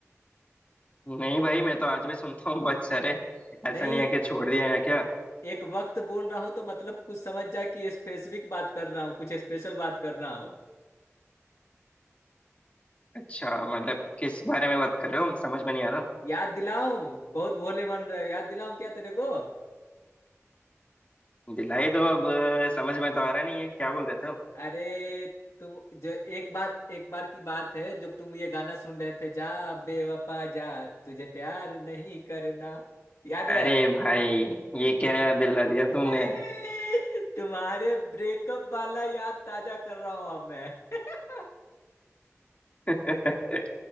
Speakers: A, on the left; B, on the left.
A: नहीं भाई मैं तो आज भी सुनता हूँ बहुत सारे ऐसा
B: नहीं
A: नहीं है कि छोड़ दिया या क्या
B: एक वक्त बोल रहा हूँ तो मतलब कुछ समझ जा कि स्पेसिफिक बात कर रहा हूँ कुछ स्पेशल बात कर रहा हूँ
A: अच्छा मतलब किस बारे में बात कर रहे हो समझ में नहीं आ रहा
B: याद दिलाऊं बहुत भोले बन रहे हो याद दिलाऊं क्या तेरे को
A: दिलाई दो अब समझ में तो आ रहा नहीं है क्या बोल रहे थे
B: अरे तुम जो एक बात एक बार की बात है जब तुम ये गाना सुन रहे थे जा बेवफा जा तुझे प्यार नहीं करना याद
A: अरे
B: है
A: भाई ये क्या याद दिला दिया तुमने
B: <laughs> तुम्हारे ब्रेकअप वाला याद ताजा कर रहा हूं अब मैं <laughs>
A: <laughs>